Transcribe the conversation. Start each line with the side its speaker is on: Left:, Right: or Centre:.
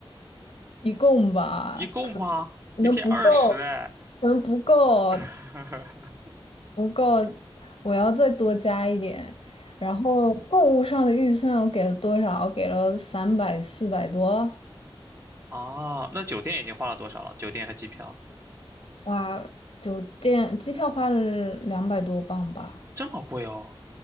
Left: 一共吧，
Right: 一共吗？
Left: 可
Right: 一天二十哎。
Left: 能不够，可能不够，
Right: <laughs>
Left: 不够，我要再多加一点，然后购物上的预算我给了多少？给了三百四百多，
Right: 啊，那酒店已经花了多少了？酒店和机票
Left: 哇，酒店机票花了两百多镑吧，
Right: 这么贵哦，